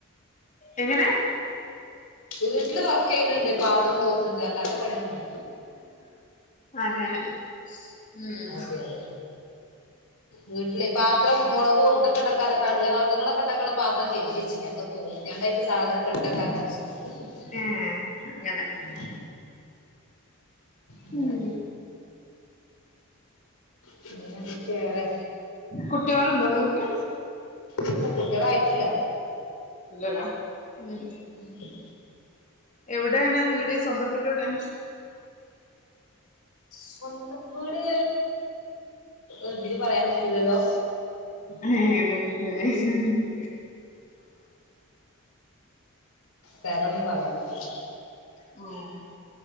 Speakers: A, on the left (about 35°); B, on the left (about 80°).
A: എങ്ങനെ
B: വീട്ടില് വർക്ക് ചെയ്യുന്നുണ്ട് പാത്രം തോക്ക <unintelligible> ണ്ട് ഇല്ല അല്ലാത്ത പണിയൊന്നുംല്ല
A: അങ്ങനെ ഉം
B: അതെ അതെ വീട്ടില് പാത്രം മുളക് ഇതൊക്കെ ഉണ്ടാക്ക കടല വർഗ്ഗങ്ങളൊക്കെ ഉണ്ടാക്കാനുള്ള പാത്രം - തോണ്ട സാധനം കെട്ടാര <unintelligible>
A: ഏ അങ്ങനെ
B: ഉ അങ്ങനെ
A: ഉം
B: പിന്നെ എന്തൊക്കെയാ വേറെ
A: കുട്ടികളുണ്ടോ നിങ്ങക്ക്
B: ഇല്ല കുട്ടികളായിട്ടില്ല
A: ഇല്ലല്ല ഉം
B: ഉം <inaudible>
A: എവിടെയാണ് വീട് സ്വന്തം വീട് എവിടെയാ
B: സ്വന്തം വീട് അതിന് പറയാൻ പറ്റിത്തില്ലല്ലോ
A: അ പറ്റച്ചി ക <unintelligible>
B: പേരൊന്നും പറയാൻ പറ്റില്ല
A: ഉം